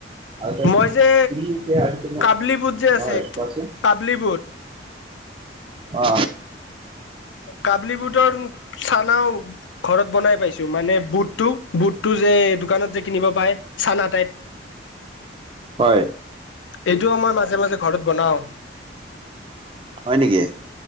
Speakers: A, on the right; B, on the left.
A: আৰু তাৰপিছত
B: মই যে
A: ফুলি উঠে আৰু তোমাৰ
B: কাবলি বুট যে আছে
A: হয়
B: চ
A: কোৱাচোন
B: কাবলি বুট
A: অ।
B: কাবলি বুটৰ চানাও ঘৰত বনাই পাইছো মানে বুটটো - বুটটো যে দোকানত যে কিনিব পাই চানা টাইপ
A: হয়।
B: এইটোও মই মাজে - মাজে ঘৰত বনাও।
A: হয় নেকি?